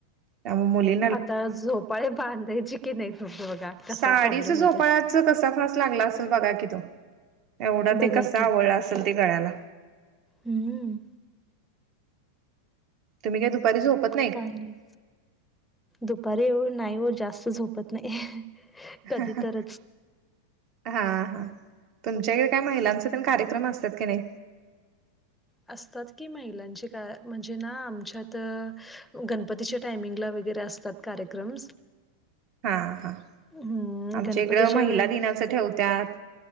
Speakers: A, on the right; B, in the centre.
A: त्यामुळे मुली
B: आता झोपाळे बांधायची की नाही तुम बघा.
A: साडीच
B: कसा प्रॉब्लेम
A: झोपाळ्यात
B: होतोय
A: च कसा फास लागला असेल बघा कि तो, एवढा
B: बघा
A: ते कसा
B: की
A: आवळला असेल ते गळ्याला.
B: हम्म.
A: तुम्ही काय दुपारी झोपत
B: काय नाही, दुपारी एवढ नाई ओ जास्त झोपत नाही. कधी
A: हा-हा
B: तरच
A: हा-हा तुमच्याइड काय महिलांच तेन पण कार्यक्रम असतात का नाई?
B: असतात की महिलांचे का, म्हणजे ना आमच्यात गणपतीच्या टायमिंगला वगैरे असतात. कार्यक्रम.
A: हा-हा,
B: हम्म
A: आमच्या
B: गणपतीच्या
A: इकडं महिला
B: वेळी
A: दिनाचं ठेवत्यात.